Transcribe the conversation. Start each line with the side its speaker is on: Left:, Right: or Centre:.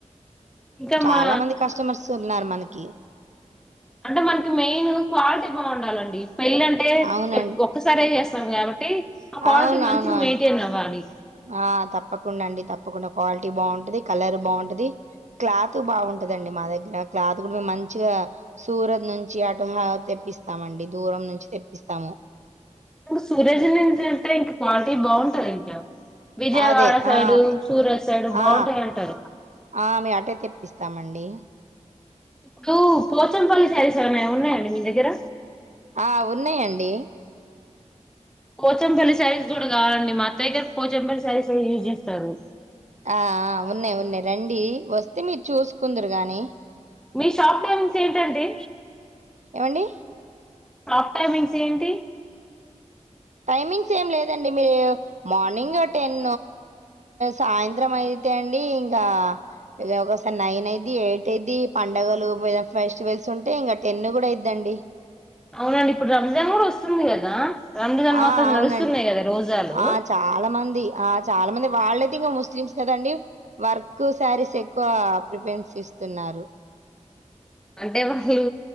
Centre: ఇంకా
Right: చాలా
Centre: మా
Right: మంది కస్టమర్స్ ఉన్నారు మనకి క్వియు
Centre: అంటే మనకి మెయిన్ క్వాలిటీ బాగుండాలండి పెళ్ళంటే
Right: అవునండి.
Centre: ఒక్కసారే చేస్తాం కాబట్టి ఆ క్వాలిటీ
Right: అవునవునవును.
Centre: మంచిగా మెయింటైన్ అవ్వాలి
Right: ఆ తప్పకుండా అండి తప్పకుండా క్వాలిటీ బాగుంటది, కలర్ బాగుంటది, క్లాత్ బాగుంటదండి. మా దగ్గర క్లాత్ కూడా మేము మంచిగా సూరద్ నుంచి అటుహ తెప్పిస్తామండి దూరం నుంచి తెప్పిస్తాము
Centre: ఇంకా సూరజ్ నుంచి అంటే ఇంకా క్వాలిటీ బాగుంటది ఇంకా విజయవాడ
Right: అదే
Centre: సైడు
Right: ఆ
Centre: సూరత్ సైడ్ బాగుంటాయి
Right: ఆ
Centre: అంటారు
Right: ఆ మే అటే తెప్పిస్తామండి
Centre: ఇప్పుడు పోచంపల్లి శారీస్ ఏమన్న ఉన్నాయండి మీ దగ్గర
Right: ఆ ఉన్నాయండి
Centre: పోచంపల్లి సారీస్ కూడా కావాలండి మాఅత్త అయితే పోచంపల్లి సారీసే యూజ్ చేస్తారు
Right: ఆ ఉన్నాయి ఉన్నాయి రండి వస్తే మీరు చూసుకుందురు గాని
Centre: మీ షాప్ టైమింగ్స్ ఏంటండి
Right: ఏమండి
Centre: షాప్ టైమింగ్స్ ఏంటి
Right: టైమింగ్స్ ఏం లేదండి మీరు మార్నింగ్ టెన్ సాయంత్రం అయితే అండి ఇంకా ఒకసారి నైన్ అయిద్ది, ఎయిట్ అయిద్ది పండగలు ఫెస్టివల్స్ ఉంటాయ్ ఇంక టెన్ కూడా అయిద్దండి
Centre: అవునండి ఇప్పుడు రంజాన్ కూడా వస్తుంది కదా రంజాన్
Right: ఆ
Centre: మాసం
Right: అవునండి
Centre: నడుస్తున్నాయి కదా రోజాలు
Right: ఆ చాలా మంది ఆ చాలా మంది వాళ్ళైతే ఇంకా ముస్లిమ్స్ కదండి వర్క్ శారీస్ ఎక్కువ ప్రిఫరెన్స్ ఇస్తున్నారు
Centre: అంటే వాళ్ళు